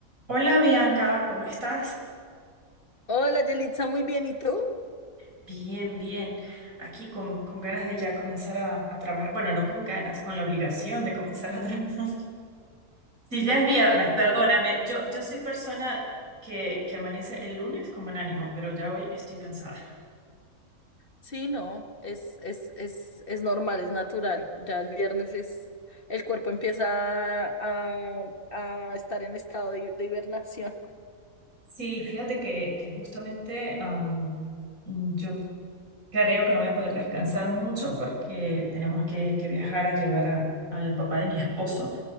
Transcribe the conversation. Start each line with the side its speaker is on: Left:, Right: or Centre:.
Right: Hola Bianca, ¿cómo estás?
Left: Hola, Yelitza, muy bien, ¿y tú?
Right: Bien, bien. Aquí con, con ganas de ya comenzar a, a trabajar. Bueno, no con ganas, con la obligación de comenzar a trabajar. <laughs> Si ya es viernes,
Left: Claro,
Right: perdóname.
Left: claro.
Right: Yo, yo soy persona que, que amanece el lunes con buen ánimo, pero ya hoy estoy cansada.
Left: Sí, no, es, es, es, es normal, es natural. Ya el viernes es, el cuerpo empieza a, a estar en estado de, de hibernación.
Right: Sí, fíjate que, que justamente am, yo creo que no voy a poder descansar mucho porque tenemos que, que viajar a llevar a- al papá de mi esposo.